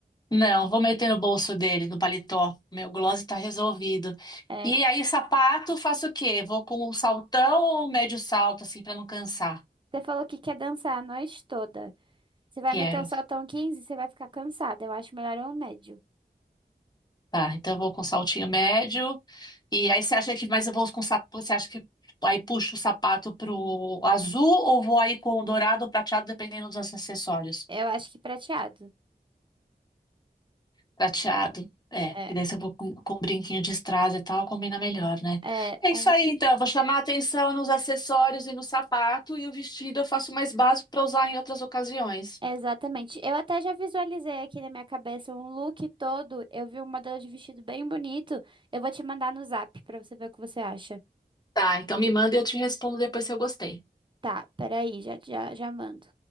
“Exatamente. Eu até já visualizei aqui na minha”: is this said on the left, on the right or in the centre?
Right